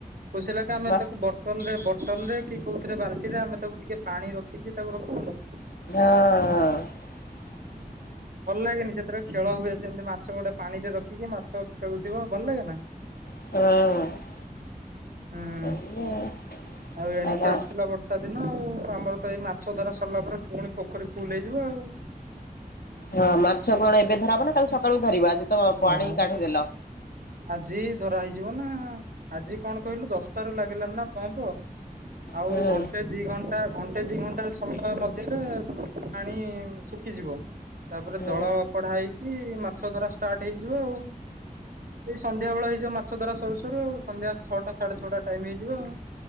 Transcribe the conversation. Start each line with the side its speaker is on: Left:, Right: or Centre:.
Right: କୁସିିଲ ଲାଗେ ଆମେ
Left: ହଁ
Right: ତାକୁ ବ ବଟନ ରେ କି କୋଉଥିରେ ବାଲ୍ଟି ରେ ଆମେ ତାକୁ ଟିକେ ପାଣି ରଖିକି ତାକୁ ରଖୁୁନୁ।
Left: ହଁ
Right: ଭଲ ଲାଗେନି, ସେଥିରେ ଖେଳ ହୁଏ ସେମିତି ମାଛ ଗୋଟେ ପାଣିରେ ରଖିକି ମାଛ ଖେଳୁଥିବ ଭଲ ଲାଗେ ନା?
Left: ହଁ
Right: ହୁଁ ଉଁ
Left: <inaudible>
Right: ଆଉ ଏଣିକି
Left: ହଁ
Right: ଆସିଲା ବ ବର୍ଷାଦିନ ଆଉ, ଆମର ତ ଏଇ ମାଛ ଧରା ସରିଲା ପରେ ପୁଣି ପୋଖରୀ ଫୁଲ ହେଇଯିବ ଆଉ।
Left: ହଁ ମାଛ କଣ ଏବେ ଧରା ହଵ ନା, କାଲି ସକାଳୁ ଧରିବ, ଆଜି ତ ପାଣି
Right: ନାଇଁ
Left: କାଢିଦେଲ?
Right: ଆଜି ଧରା ହେଇଯିବ ନା, ଆଜି କଣ କହିଲୁ ଦଶଟାରୁ ଲାଗିଲାନ ନା ପମ୍ପ। ଆଉ
Left: ହୁଁ
Right: ଘଣ୍ଟେ ଦି ଘଣ୍ଟା ଘଣ୍ଟେ ଦି ଘଣ୍ଟା ସମୟ ମଧ୍ୟରେ ପାଣି ଶୁଖିଯିବ। ତାପରେ
Left: ହୁଁ
Right: ଦଳ କଢା ହେଇକି, ମାଛ ଧରା ଷ୍ଟାର୍ଟ ହେଇଯିବ ଆଉ। ଏଇ ସନ୍ଧ୍ୟା ବେଳ ହେଇଯିବ ମାଛ ଧରା ସରୁ ସରୁ, ଆଉ ସନ୍ଧ୍ୟା ଛଟା ସାଢେ ଛଅଟା ଟାଇମ ହେଇଯିବ ଆଉ।